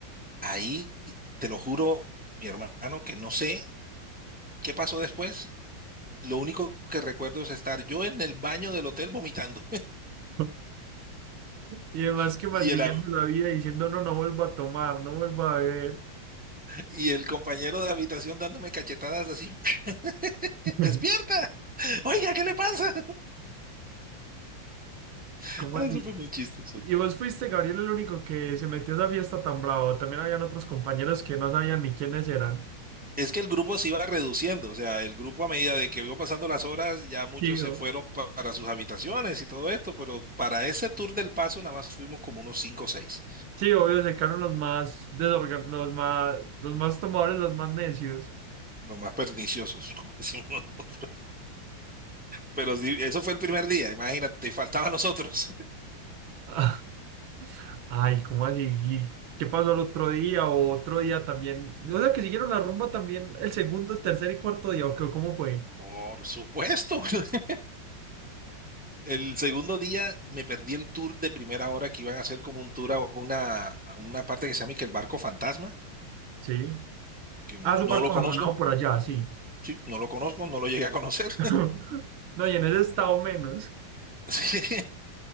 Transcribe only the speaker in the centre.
Ahí, te lo juro, mi hermano, que no sé qué pasó después. Lo único que recuerdo es estar yo en el baño del hotel vomitando
<laughs>
y el, am-
y el compañero de habitación dándome cachetadas así, <laughs>
despierta, oiga, ¿qué le pasa? <laughs>
Eso
fue muy chistoso.
Es que el grupo se iba reduciendo, o sea, el grupo a medida de que iba pasando las horas, ya muchos
se fueron pa- para sus habitaciones y todo esto, pero para ese tour del paso nada más fuimos como unos cinco o seis,
los más perniciosos, <laughs> como decimos nosotros. Pero sí, eso fue el primer día, imagínate, y faltaban nosotros.
<laughs> Por supuesto. <laughs> El segundo día me perdí el tour de primera hora que iban a hacer como un tour a una, a una parte que se llama y que el barco fantasma,
que no
lo conozco,
sí, no lo conozco, no lo llegué a conocer.
<laughs> Sí.